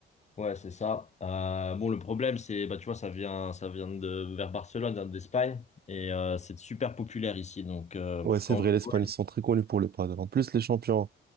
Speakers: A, on the left; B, on the right.
A: Ouais, c'est ça. Euh, bon, le problème, c'est, bah, tu vois, ça vient, ça vient de vers Barcelone, ça vient d'Espagne, et euh, c'est super populaire ici. Donc, euh,
B: Ouais, c'est
A: quand
B: vrai,
A: on veut
B: l'Espagne,
A: jouer-
B: ils sont très connus pour le paddle. En plus, les champions,